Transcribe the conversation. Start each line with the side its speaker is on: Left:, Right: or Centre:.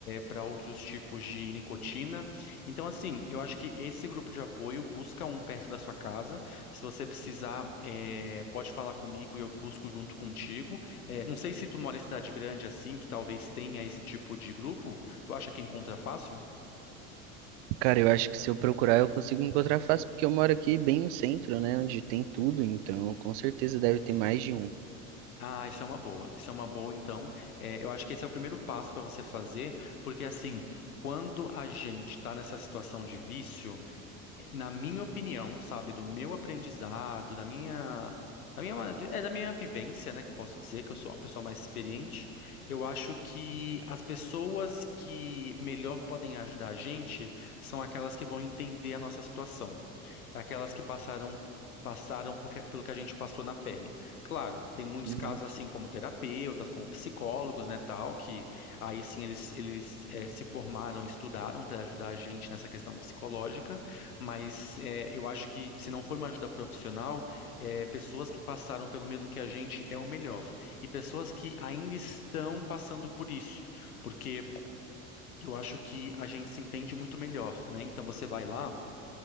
Left: para outros tipos de nicotina. Então, assim, eu acho que esse grupo de apoio busca um perto da sua casa. Se você precisar, eh, pode falar comigo e eu busco junto contigo. Eh, não sei se tu mora em cidade grande assim, que talvez tenha esse tipo de grupo. Tu acha que encontra fácil?
Right: Cara, eu acho que se eu procurar eu consigo encontrar fácil, porque eu moro aqui bem no centro, né? Onde tem tudo, então com certeza deve ter mais de um.
Left: Ah, isso é uma boa. Isso é uma boa, então. É, eu acho que esse é o primeiro passo para você fazer, porque assim, quando a gente está nessa situação de vício, eh, na minha opinião, sabe, do meu aprendizado, da minha, da minha, é da minha vivência, né, que eu posso dizer que eu sou uma pessoa mais experiente, eu acho que as pessoas que melhor podem ajudar a gente são aquelas que vão entender a nossa situação aquelas que passaram passaram por que- pelo que a gente passou na pele. Claro, tem muitos
Right: Uhum.
Left: casos assim como terapeutas, como psicólogos, né, tal, que aí sim eles eles eh, se formaram, estudaram para ajudar a gente nessa questão psicológica, mas eh, eu acho que se não for uma ajuda profissional, eh, pessoas que passaram pelo mesmo que a gente é o melhor e pessoas que ainda estão passando por isso, porque eu acho que a gente se entende muito melhor, né? Então você vai lá